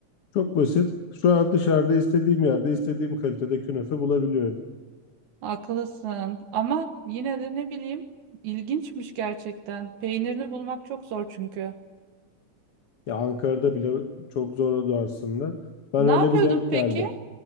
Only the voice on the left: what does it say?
Çok basit. Şu an dışarıda istediğim yerde istediğim kalitede künefe bulabiliyorum.
Ya Ankara'da bile çok zor oldu aslında. Ben
öyle
bir denk geldim.